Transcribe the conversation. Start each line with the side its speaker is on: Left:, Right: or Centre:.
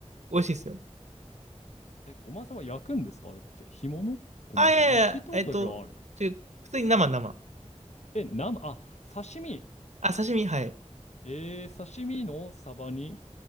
Right: 美味しいですよ。
Left: え、ごまさば焼くんですかあれって。干物ごまさば。
Right: あ、いやいや、
Left: なんか聞いたことだけはある。
Right: えっと、ちょ普通に生生。
Left: え、生、あ、刺身。
Right: あ、刺身、はい。
Left: えー、刺身のサバに、